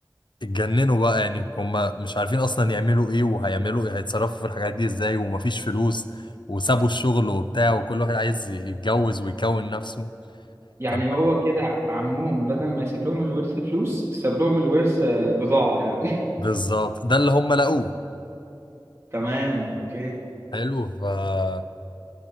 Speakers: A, on the left; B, on the right.
A: اتجننوا بقى يعني هم مش عارفين اصلا يعملوا ايه وهيعملوا ايه هيتصرفوا في الحاجات دي ازاي ومفيش فلوس وسابوا الشغل وبتاع وكل واحد عايز يتجوز ويكون نفسه
B: يعني
A: ف-
B: هو كده عمهم بدل ما يسيب لهم الورث فلوس ساب لهم الورث آه، بضاعة يعني
A: بالظبط ده اللي هم لقوه
B: <laughs> تمام اوكي
A: حلو ففضلوا